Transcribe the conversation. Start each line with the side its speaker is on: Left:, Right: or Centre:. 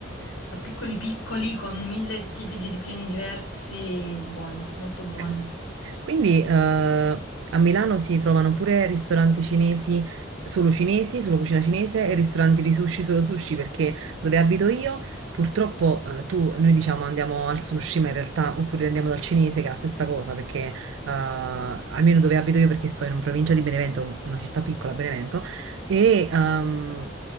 Left: Li fa piccoli piccoli con mille tipi di ripieni diversi, buoni, molto
Right: Ok.
Left: buoni.
Right: Quindi eh, a Milano si trovano pure ristoranti cinesi solo cinesi, solo cucina cinese e ristoranti di sushi solo sushi, perché dove abito io purtroppo eh, tu, noi diciamo andiamo al sushi, ma in realtà oppure andiamo dal cinese che è la stessa cosa, perché eh, almeno dove abito io, perché sto in una provincia di Benevento, una città piccola, Benevento, e ehm,